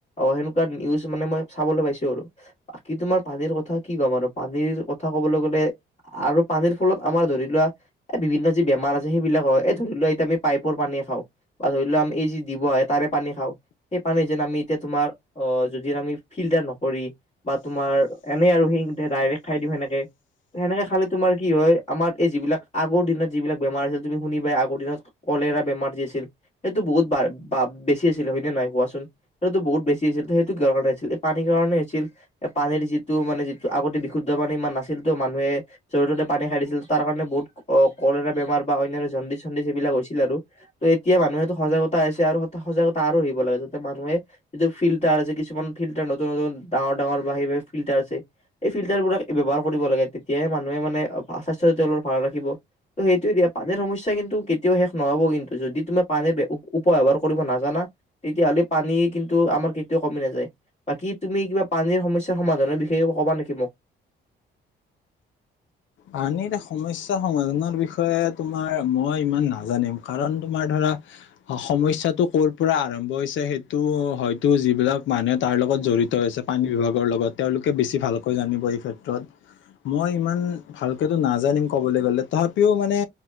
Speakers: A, on the left (about 30°); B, on the left (about 70°).
A: সেনেকুৱা নিউজ মানে ম চাবলৈ পাইছোঁ আৰু বাকী তোমাৰ পানীৰ কথা কি ক'ম আৰু। পানীৰ কথা কবলৈ গ'লে আৰু পানীৰ ফলত আমাৰ ধৰি লোৱা বিভিন্ন যি বেমাৰ আছে সেইবিলাক হয় এই ধৰি লোৱা এতিয়া আমি পাইপৰ পানীয়ে খাওঁ বা ধৰি লোৱা আমি এই যি দিব আহে তাৰে পানী খাওঁ সেই পানী যেন আমি এতিয়া তোমাৰ অ যদি আমি ফিল্টাৰ নকৰি বা তোমাৰ এনেই আৰু সেই। ডাইৰেক্ট খাই দিওঁ সেনেকে সেনেকে খালে তোমাৰ কি হয় আমাৰ এই যিবিলাক আগৰ দিনত যিবিলাক বেমাৰ আছিল তুমি শুনিবাই আগৰ দিনত কলেৰা বেমাৰ যি আছিল সেইটো বহুত বেছি আছিল হয়নে নহয় কোৱাচোন সেইটো বহুত বেছি আছিল সেইটো কি কাৰণে হৈছিল এই পানীৰ কাৰণে হৈছিল পানীৰ যিটো মানে। আগতে বিশুদ্ধ পানী ইমান নাছিল তো মানুহে য'তে ত'তে পানী খাই দিছিল তাৰ কাৰণে বহুত অ কলেৰা বেমাৰ বা অন্যন্য জণ্ডিচ চণ্ডিচ এইবিলাক হৈছিল আৰু ত' এতিয়া মানুহেতো সজাগতা আছে আৰু সজাগতা আৰু আহিব লাগে যাতে মানুহে যিটো ফিল্টাৰ আছে কিছুমান ফিল্টাৰ নতুন নতুন ডাঙৰ ডাঙৰ বা সেইবোৰ ফিল্টাৰ আছে। এই ফিল্টাৰবোৰক ব্যৱহাৰ কৰিব লাগে তেতিয়াহে মানুহে মানে স্বাস্থ্য ভাল ৰাখিব ত সেইটো দিয়া পানীৰ সমস্যা কিন্তু কেতিয়াও শেষ নহব কিন্তু যদি তুমি পানীৰ। উপব্যৱহাৰ কৰিব নাজানা তেতিয়াাহলে পানী কিন্তু আমাৰ কেতিয়াও কমি নাযায় বাকী তুমি কিবা পানীৰ সমস্যা সমাধানৰ সেই ক'বা নেকি মোক।
B: পানীৰ সমস্যা সমাধানৰ বিষয়ে তোমাৰ মই ইমান নাজানিম কাৰণ তোমাৰ ধৰা সমস্যাটো ক'ৰ পৰা আৰম্ভ হৈছে সেইটো হয়তো যিবিলাক মানুহে তাৰ লগত জড়িত হৈছে পানী বিভাগৰ লগত তেওঁলোকে বেছি ভালকৈ জানিব এই ক্ষেত্ৰত মই ইমান। ভালকে টো নাজানিম কবলৈ গলে তথাপিও মানে